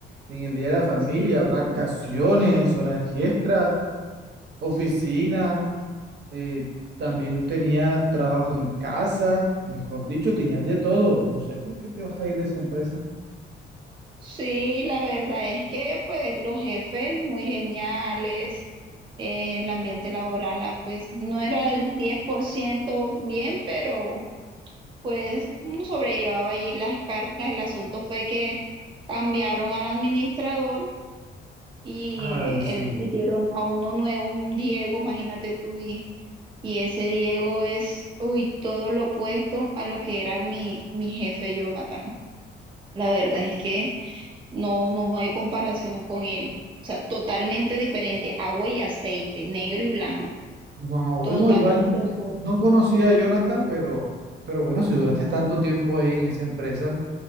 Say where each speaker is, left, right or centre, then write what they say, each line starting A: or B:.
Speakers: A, on the right; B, on the right.
A: en el día de la familia,
B: Sí,
A: vacaciones,
B: sí.
A: horas extras, oficina, eh, también tenías trabajo en casa, mejor dicho, tenías de todo. No sé por qué te vas a ir de esa empresa.
B: Sí, la verdad es que pues los jefes muy geniales, eh, el ambiente laboral ah, pues no era el 10% bien, pero pues uno sobrellevaba allí las cargas. El asunto fue que cambiaron al administrador y
A: Ay,
B: eh,
A: sí.
B: el- metieron a uno nuevo, un Diego, imagínate tú, y, y ese Diego es, uy, todo lo opuesto a lo que era mi, mi jefe Jonathan. La verdad es que... No, no hay comparación con él. O sea, totalmente diferente. Agua y aceite, negro y blanco.
A: Wow,
B: Totalmente
A: no, igual
B: opuesto.
A: no conocía a Jonathan, pero, pero bueno, si duraste tanto tiempo ahí en esa empresa,